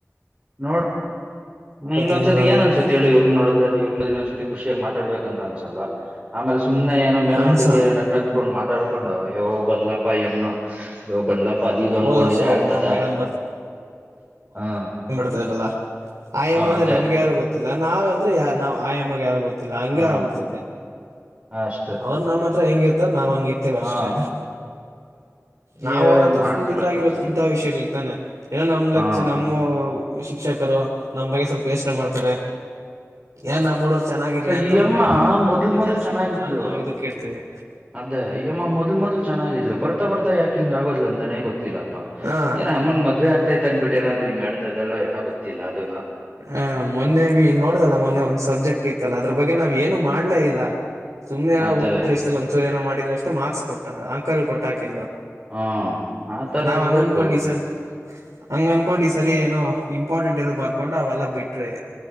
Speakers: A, on the right; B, on the right.
A: ನೋಡ್ ಇನ್ನೊಂದ್ಸತಿ
B: ಹಿಂಗ್ ಮಾಡದಾಗ
A: ಏನ್ೊಂದ್ಸತಿ ಹೇಳಿ ಇವ್ರನ್ನ ನೋಡಿದ್ರೆ ಇವ್ರನದ್ರ ಇನ್ೊಂದ್ಸತಿ ಖುಷಿಯಾಗಿ ಮಾತಾಡ್ಬೇಕ ಅಂತ ಅನ್ಸಲ್ಲ ಆಮೇಲೆ ಸುಮ್ನೆ ಏನೋ ಮೇಲ್
B: ಅನ್ಸಲ್
A: ನೋಟಕ್ಕೆ ನಗ್ನಕೊಂಡ್ ಮಾತಾಡ್ಕೊಂಡ ಯೋ್ ಬಂದ್ಲಪ್ಪಾ ಎಮ್ನ ಇ್ಯೋ ಬಂದ್ಲಪ್ಪ ಅದು ಇದು ಅನ್ಕೊಂಡಿದ್ರೆ
B: ಹೋದ್ ವರ್ಷ ಒಬ್ಬ
A: ಆಗ್ತದ
B: ಮೇಡಮ್
A: ಹಾ
B: ಗೊರಲ್ಲ ಆಯಮ್ಮ ಅಂದ್ರೆ
A: ಅದೇ
B: ನಮ್ಗೆ ಯಾರು ಗೊತ್ತಿಲ್ಲಾವ ಅಂದ್ರೆ ಯ ಆಯಮ್ಮಗೆ ಯಾರು ಗೊತ್ತಿಲ್ಲ ಲ್ಲ ಹಂಗಗೆ
A: ಹಾ
B: ಆಗ್ಬಿಡ್ತ
A: ಅಷ್ಟೆ
B: ಅವ್ರು ನಮ್ಮ ಹತ್ರ ಹೆಂಗ ಇರ್ತ ನಾವ್ಂಗ ಇರ್ತೇವೆ
A: ಹಾ
B: ಅಷ್ಟೇ ನಾವ್
A: ಏನ್
B: ಅವ್ರತ್ರ
A: ಮಾಡ್ತಾರ
B: ಫುಲ್ ಇದ್ರಗರೋದಕಿಂತ
A: ಕೆಲ್ಸಗಳು
B: ವಿಷಯಗಳ ಇರ್ತಾನೆ ಏನೋ ನಮ್ ಲಕ್ಷ
A: ಹಾ
B: ನಮ್ಮ ಶಿಕ್ಷಕರು ನಮ್ ಬಗ್ಗೆ ಸ್ವಲ್ಪ ಯೋಚನೆ ಮಾಡ್ತಾರೆ ಏನ್ ನಮ್ಮ್ ಹಡುಗರ್ರು ಚೆನ್ನಾಗಿರ್ಲಿ ಅಂತ
A: ಈ
B: ಒಂದ
A: ಅಮ್ಮ
B: ಎರಡ್ ಮ
A: ಮೊದ್ಲ್
B: ಅಂಕ
A: ಮೊದ್ಲ್
B: ಜಾಸ್ತಿ
A: ಚೆನ್ನಾಗಿದ್ಲು
B: ಕೊಡ್ತಾರ ನಾವ್ ಇದಕ್ಕ ಇರ್ತಿೀವಿ
A: ಅದೇ ಯಮ್ಮ ಮೊದಲ್ ಮೊದ್ ಚನ್ನಾಗಿದ್ಲು ಬರ್ತಾ ಬರ್ಾಕೆ ಂಗ್ ಆಗದ್ ಅಂತಾನೆ ಗೊತ್ತಿಲ್ಲಪ್ಪಾ
B: ಹಾ
A: ಯಾರ ಅನ್ ಮದ್ೆ ಆಗ್ತೈತ್ ಅನ್ ಬಿಟ್ಟ ಏನಾದ್ ಹಂಗ ಆಡತದಲ್ಲ ಏನ ಗೊತ್ತಿಲ್ಲ ಅದೂ
B: ಆ ಮೊನ್ನೆ ವಿ ನೋಡ್ದಲ್ಲ ಮೊನ್ನೆ ಒಂದ್ ಸಬ್ಜೆಕ್ಟ್ ಇತ್ತಲ್ಲ ಅದ್ರ ಬಗ್ಗೆ ನಾವ್ ಏನು ಮಾಡ್ಲೇ ಇಲ್ಲ ಸುಮ್ಮ್ನೆಏನ
A: ಅದೇ
B: ಊಟಷ್ಟ ಒಂಚೂರು ಏನೋ ಮಾಡಿದ್ರು ಅಷ್ಟೆ ಮಾರ್ಕ್ಸ್ ಕೊಟ್ಟ ಅಂಕಲ್ ಕೊಟ್ಟ ಹಾಕಿದ್
A: ಹ ಆತರ
B: ನಾವ್
A: ಇರ್ಬೇಕು
B: ಹಂಗನ್ಕೊಂಡಿ ಸರ್ ಹಂಗ ಅನ್ಕೊಂಡ್ ಈ ಸರಿ ಏನೋ ಇಂಪಾರ್ಟೆಂಟ್ ಇರೋದ್ ಬರ್ಕೊಂಡ್ ಅವೆಲ್ಲಾ ಬಿಟ್ರಿ